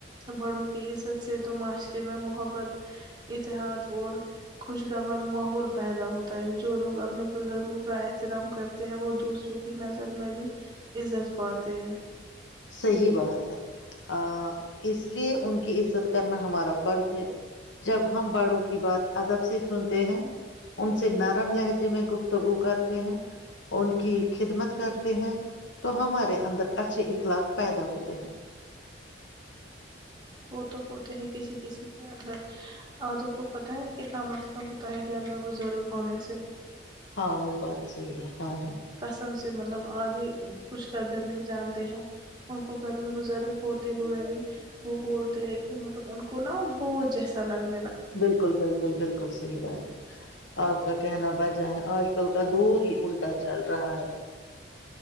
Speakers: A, on the right; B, on the left.
A: بڑوں کی عزت سے تو معاشرے میں محبت اتحاد اور خوشگوار ماحول پیدا ہوتا ہے جو لوگ اپنے بزرگوں کا احترام کرتے ہیں وہ دوسروں کی نظر میں بھی عزت پاتے ہیں
B: صحی بات ہے اس اس لیے ان کی عزت کرنا ہمارا فرض ہے جب ہم باڑوں کی بات ادب سے سنتے ہیں ان سے نرم لہجے میں گفتگو کرتے ہیں ان کی خدمت کرتے ہیں تو ہمارے اندر اچھے لاگ پیدا ہوتے ہیں
A: وہ تو ہوتے ہیں کسی کسی کے اندر آدو کو پتاہ ہے کتنا مسئلہ ہوتا ہے گھر میں بزرگ ہونے سے
B: ہاں وہ بات صحی ہے ہاں ہاں
A: قسم مطلب آگے کچھ قدر نہیں جانتے ہیں ان کو گھر میں بزرگ ہوتے ہوئے بھی وہ بولتے ہیں کہ مطلب ان کو نا بوھ جیسا لگتا
B: بالکل بالکل بالکل صحی بات ہے آپ کا کہنا بجا ہے آج کل کا دور ہی الٹا چل رہا ہے